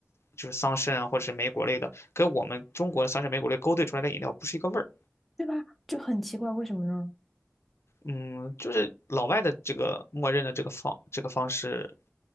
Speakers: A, on the left (about 70°); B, in the centre.
A: 就是桑葚啊或者是莓果类的，跟我们中国的桑葚莓果类勾兑出来的饮料不是一个味儿。
B: 对吧？就很奇怪，为什么呢？
A: 嗯，就是老外的这个默认的这个方这个方式，